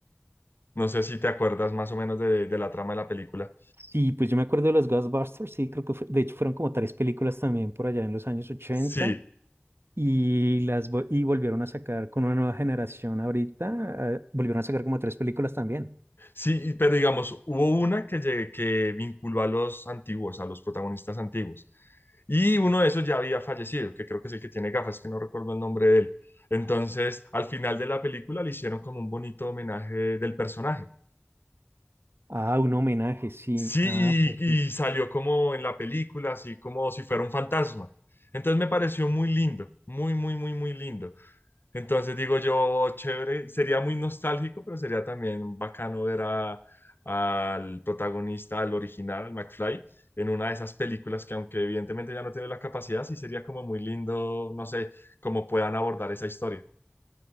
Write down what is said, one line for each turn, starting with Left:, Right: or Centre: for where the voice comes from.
Left: No sé si te acuerdas más o menos de, de la trama de la película.
Right: Sí, pues yo me acuerdo de los Ghostbusters, sí, creo que fue- de hecho fueron como tres películas también por allá en los años ochenta
Left: Sí,
Right: y las vo- y volvieron a sacar con una nueva generación ahorita, eh, volvieron a sacar como tres películas también.
Left: sí, y- pero digamos, hubo una que, lle- que vinculó a los antiguos, a los protagonistas antiguos. Y uno de esos ya había fallecido, que creo que es el que tiene gafas, que no recuerdo el nombre de él. Entonces, al final de la película le hicieron como un bonito homenaje del personaje.
Right: Ah, un homenaje, sí.
Left: Sí,
Right: Ah, pues
Left: y,
Right: sí,
Left: y salió como en la película, así como si fuera un fantasma. Entonces me pareció muy lindo, muy, muy, muy, muy lindo. Entonces digo yo, chévere, sería muy nostálgico, pero sería también bacano ver a- al protagonista, al original, al McFly, en una de esas películas que aunque evidentemente ya no tiene la capacidad, sí sería como muy lindo, no sé, cómo puedan abordar esa historia.